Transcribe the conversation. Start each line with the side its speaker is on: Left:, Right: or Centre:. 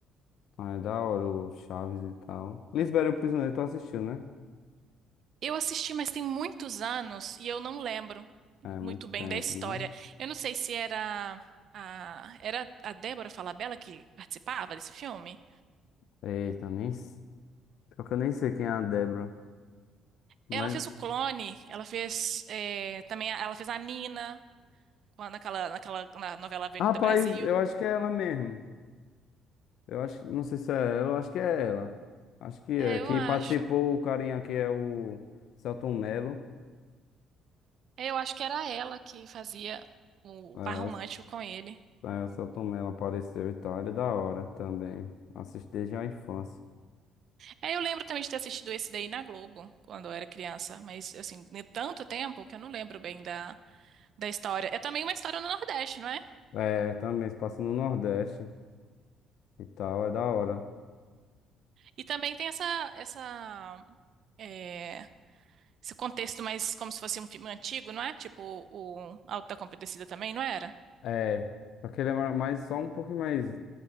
Left: mas é da hora o Chaves e tal. Lisbela e o Prisioneiro tu assistiu, né?
Right: Eu assisti, mas tem muitos anos e eu não lembro
Left: É,
Right: muito
Left: muito
Right: bem
Left: tempo,
Right: da história.
Left: né?
Right: Eu não sei se era a, era a Débora Falabella que participava desse filme.
Left: Eita, nem... s- Pior que eu nem sei quem é a Débora. Mas
Right: Ela fez o Clone, ela fez é, também, a- ela fez a Nina com- naquela, naquela na novela Avenida
Left: Rapaz,
Right: Brasil.
Left: eu acho que é ela mesmo. Eu acho, não sei se é ela, eu acho que é ela. Acho que é.
Right: É,
Left: Que
Right: eu acho.
Left: participou o carinha aqui é o Celton Mello.
Right: É, eu acho que era ela que fazia o,
Left: É,
Right: o par romântico
Left: o,
Right: com ele.
Left: é, o Selton Mello apareceu e tal. Ele é da hora também. Assisti desde a infância.
Right: É, eu lembro também de ter assistido esse daí na Globo quando eu era criança, mas assim, de tanto tempo que eu não lembro bem da, da história. É também uma história no Nordeste, não é?
Left: É, também se passa no Nordeste e tal, é da hora.
Right: E também tem essa essa é, esse contexto mais como se fosse um filme antigo, não é? Tipo o Auto da Compadecida também, não era?
Left: É, é. Só que ele é ma- mais, só um pouquinho mais,